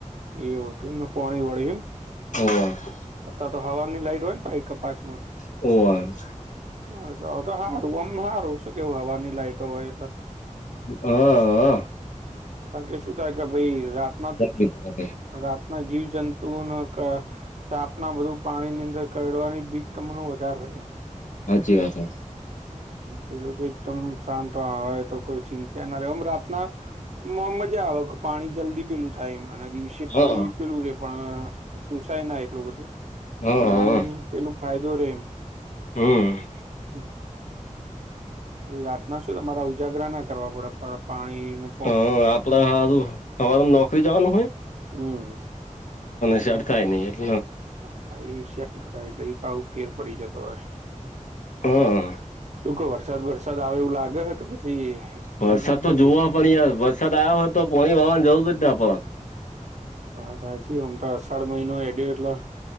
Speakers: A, on the right; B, on the left.
A: એવત પોણી વળીવીમ
B: હ
A: અ તો હવાની લાઈટ હોય ને ભાઈ કપાસમા
B: ઓ હ
A: હા તો હારું અમ સારું શું કેવું હવાની લાઈટો હોય એટલે
B: હા હ
A: કારણ કે શું થાય કે ભાઈ રાતના
B: બિલકુલ આ
A: રાત ના જીવ જંતુઓ ન સ્થાપના બધું પાણી ની અંદર કવાની બ તમ ન વધાર ર
B: સાાચી વાત હ
A: પેલું તો એકદમ શાંત હોય, તો કોઈ ચિંતા ના રમ રાતના મજા આવે કે પાણી જલ્દી પેલું થાય એમના દિવસે
B: હા
A: પાણી પેલું રે પણ જોુસાય ના એટલું બધું
B: હા
A: પણ
B: હા
A: આમ પેલું ફાયદો રે એમ
B: હમ
A: તો રાત ના શું તમારા ઉજાગરા ના કરવા પડે પણ પાણીનુ
B: હ આપડ હારું અમારે નોકરી જવાનું હોય.
A: હમ
B: શ થાય નહી એટ.
A: હ આ શકના તો પાાવ ફેર પડી જતો હોય
B: હા
A: શું કહ વરસાદ વરસે સદાવ એવું લાગે કે પછી. જય
B: વરસાદ
A: માતાજી
B: તો જોવ પણ યાર વરસાદ આવ્યો હોય, તો પોણી વારવાનું જવું જ જ પણ
A: વા જાણે છી હમ તો અષાઢ મહિનો એડ એટલા